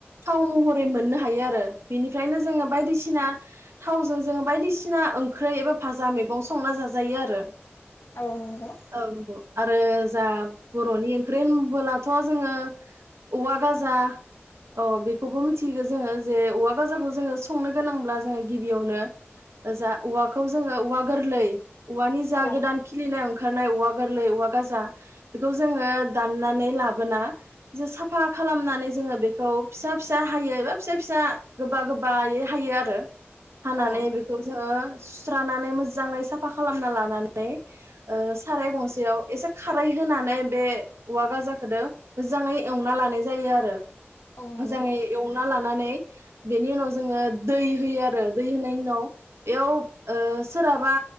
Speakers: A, on the right; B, on the left.
A: थाव महरै मोननो हायो आर रो बेनिफ्रायनो जोङो बायदिसिना थावजों जोङो बायदिसिना ओंख्रै एबा भाजा मैगं संना जा जायो आरो
B: नंगौ
A: औ नंगौ आरो जा बर'नि ओंख्रि होनबोलाथ' जोङो औवा गाजा औ बेखौबो मिथिगो जोङो जे औवा गाजाखौ जोङो संनो गोनांब्ला जोङो गिबियावनो जा औवाखौ जोङो औवा गोरलै औवानि जा
B: औ
A: गोदान खि ओंखारनाय औवा गोरलै औवा गाजा बेखौ जोङो दाननानै लाबोना एसे साफा खालामनानै जोङो बेखौ फिसा फिसा हायो एबा फिसा फिसा गोबा गोबायै हायो आरो। हानानै
B: औ
A: बेखौ जोङो सुस्रानानै मोजाङै साफा खालामना लानानै ओ साराय गंसेयाव एसे खारै होनानै बे औवा गाजाखोदो मोजाङै एवना लानाय जायो आरो । मोजाङै
B: नंगौ
A: एवना ला नानै बेनि उनाव जोङो दै होयो आरो। दै होनायनि उनाव बेयाव ओ सोरहाबा